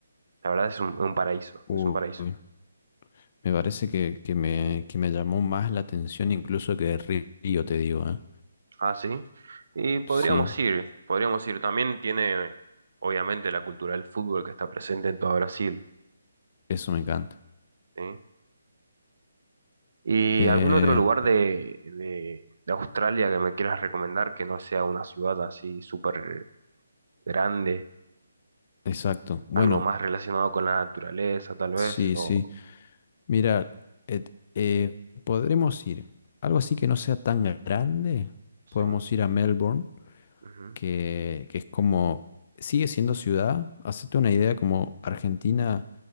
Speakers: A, on the right (about 65°); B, on the left (about 40°).
A: La verdad es un, un paraíso,
B: uy,
A: es un paraíso.
B: me parece que, que me, que me llamó más la atención incluso que Río, te digo, ¿eh?
A: Ah, sí. Y podríamos
B: Sí,
A: ir, podríamos ir. También tiene, obviamente, la cultura del fútbol que está presente en todo Brasil.
B: eso me encanta.
A: ¿sí? ¿Y
B: Eh,
A: algún otro lugar de, de- de Australia que me quieras recomendar que no sea una ciudad así súper grande?
B: exacto. Bueno,
A: Algo más relacionado con la naturaleza, tal vez,
B: sí,
A: o...
B: sí. Mira, et- eh, podremos ir. Algo así que no sea tan grande.
A: Sí.
B: Podemos ir a Melbourne.
A: Ujú,
B: que, que es como, sigue siendo ciudad. Hacete una idea como Argentina,